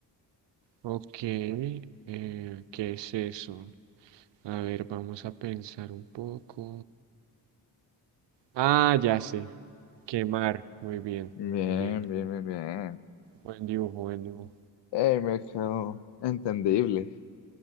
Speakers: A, on the right (about 80°); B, on the left (about 75°).
A: Ok, eh, ¿qué es eso? A ver, vamos a pensar un poco. Ah, ya sé, quemar. Muy bien,
B: Bien,
A: muy bien.
B: bien, bien, bien.
A: Buen dibujo, buen dibujo.
B: ¡Ey, me quedó entendible!